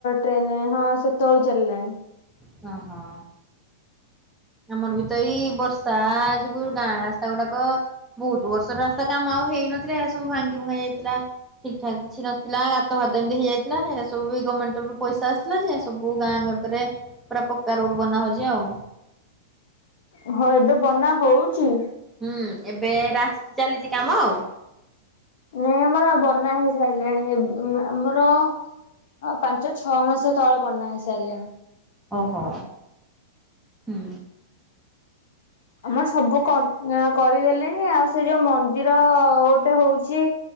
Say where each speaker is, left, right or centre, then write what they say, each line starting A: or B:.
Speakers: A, on the left; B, in the centre.
A: ଟ୍ରେନ ହଁ ସେତେବେଳୁ ଚାଲିଲାଣି।
B: ହ ହଁ। ଆମର ବି ତ ଏଇ ବର୍ଷା ଯୋଗୁଁ ଗାଁ ରାସ୍ତା ଗୁଡାକ ବହୁତ ବର୍ଷର ରାସ୍ତା କାମ ଆଉ ହେଇନଥିଲା। ଏ ସବୁ ଭାଙ୍ଗି ଭୂଙ୍ଗା ଯାଇଥିଲା। ଠିକ ଠାକ୍ କିଛି ନ ଥିଲା। ଗାତ ଫାତ ଏମିତି ହେଇଯାଇଥିଲା। ଏଇଟା ସବୁ ବି ଗମେଣ୍ଟରୁ ବି ପଇସା ଆସୀ ଥିଲା ଯେ ସବୁ ଗାଁ ଗରରେ ପୁରା ପକ୍କା ରଡ ବନା ହଉଚି ଆଉ।
A: ଓହୋ ଏବେ ବନା ହଉଚି।
B: ହୁଁ ଏବେ ରାସ ଚାଲିଚି କାମ ଆଉ।
A: ନାଇଁ ଆମର ଆଉ ବନା ହେଇ ସାରିଲାଣି। ଏ ଏବ୍ ଆମର ହଁ ପାଞ୍ଚ ଛଅ ମାସ ତଳ ବନା ହେଇସାରିଲାଣି।
B: ଓହୋ। ହୁଁ
A: ଆମର ସବୁ କର କରିଦେଲେଣି। ଆଉ ସେ ଯୋଉ ମନ୍ଦିର ଗୋଟେ ହଉଚି